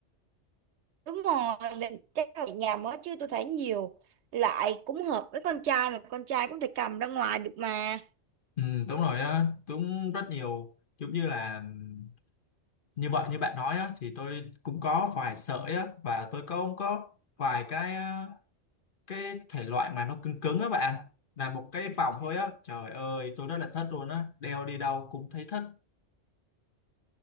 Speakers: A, on the right; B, on the left.
A: Đúng rồi, mình chắc là nhà mới chứ tôi thấy nhiều loại cũng hợp với con trai mà con trai cũng thể cầm ra ngoài được mà.
B: ừ, đúng rồi á đúng rất nhiều giống như là ừm, như vậy như bạn nói á thì tôi cũng có vài sợi á và tôi có cũng có vài cái ờ, cái thể loại mà nó cứng cứng á bạn là một cái vòng thôi á trời ơi tôi rất là thất luôn á đeo đi đâu cũng thấy thất